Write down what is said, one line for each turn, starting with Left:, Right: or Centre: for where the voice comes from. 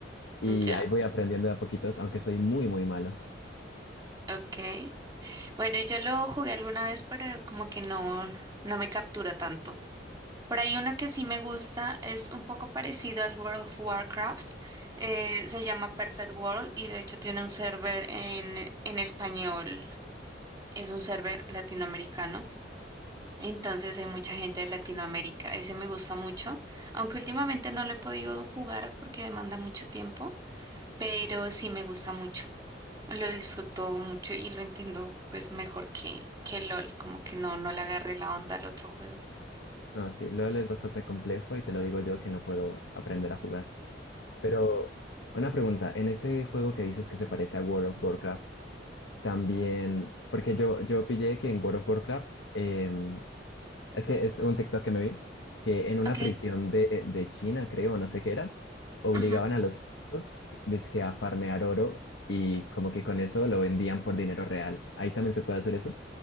Left: Y
Right: ya,
Left: ahí voy aprendiendo de a poquitos, aunque soy muy, muy malo.
Right: ok. Bueno, y yo lo jugué alguna vez, pero como que no, no me captura tanto. Por ahí uno que sí me gusta es un poco parecido al World of Warcraft. eh, se llama Perfect World y de hecho tiene un server en, en español. Es un server latinoamericano. Entonces hay mucha gente de Latinoamérica. Ese me gusta mucho, aunque últimamente no lo he podido jugar porque demanda mucho tiempo, pero sí me gusta mucho. Lo disfruto mucho y lo entiendo pues mejor que, que LOL, como que no, no le agarré la onda al otro juego.
Left: No, sí, LOL es bastante complejo y te lo digo yo que no puedo aprender a jugar. Pero una pregunta, en ese juego que dices que se parece a World of Warcraft, también, porque yo, yo pillé que en World of Warcraft eh, Es que es un TikTok que me vi, que en una
Right: Ok,
Left: prisión de, de China, creo, no sé qué era, obligaban
Right: ujú,
Left: a los presos, dizque a farmear oro y como que con eso lo vendían por dinero real. Ahí también se puede hacer eso.